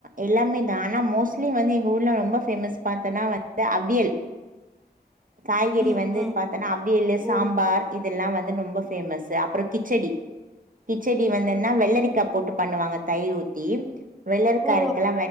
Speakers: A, on the right (about 55°); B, in the centre.
A: எல்லாமே தா ஆனா மோஸ்ட்லி வந்து எங்க ஊர்ல ரொம்ப ஃபேமஸ் பாத்தனா வ அவியல் காய்கெறி
B: ம்
A: வந்து
B: ம்
A: பாத்தனா அவியலு சாம்பார்
B: ஓ
A: இ இதெல்லா வந்து ரொம்ப ஃபேமஸு அப்பற கிச்சடி கிச்சடி வந்துன்னா வெள்ளரிக்கா போட்டு பண்ணுவாங்க தயிர் ஊத்தி வெள்ளரிக்கா
B: ஓ
A: இருக்குல